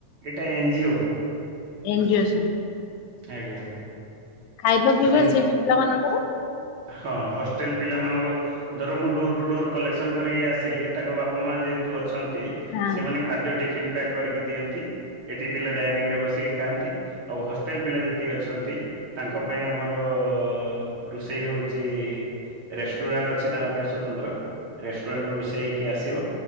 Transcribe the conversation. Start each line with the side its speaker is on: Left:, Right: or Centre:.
Right: ଏଇଟା ଏନ୍ ଜିଓ।
Left: ଏନ୍ ଜିଓ ସନ
Right: ଆଜ୍ଞା।
Left: ଖାଇବା ପିଇବା
Right: ଯେମ
Left: ସେ ବି ପିଲାମାନଙ୍କର
Right: ହଁ ହଷ୍ଟେଲ ପିଲାମାନଙ୍କ ଧର ମୁଁ ଡୋର ଟୁ ଡୋର କଲେକ୍ସନ କରିକି ଆସିଲି ତାଙ୍କ ବାପା ମା ଯେହେତୁ ଅଛନ୍ତି
Left: ହଁ
Right: ସେମାନେ ଖାଦ୍ୟ ଟିଫନ୍ ପ୍ୟାକ୍ କରିକି ଦିଅନ୍ତି। ଏଠି ପିଲା ଡାଇନିଂରେ ବସିକି ଖାଆନ୍ତି ଆଉ ହଷ୍ଟେଲ ପିଲା ଯେତିକି ଅଛନ୍ତି। ତାଙ୍କ ପାଇଁ ଆମର ଅ ରୋଷେଇ ହଉଛି। ରେଷ୍ଟୁରାଣ୍ଟ ଅଛି ତାଙ୍କ ପାଇଁ ସ୍ଵତନ୍ତ୍ର। ରେଷ୍ଟୁରାଣ୍ଟରୁୁ ରୋଷେଇ ହେଇକି ଆସିବ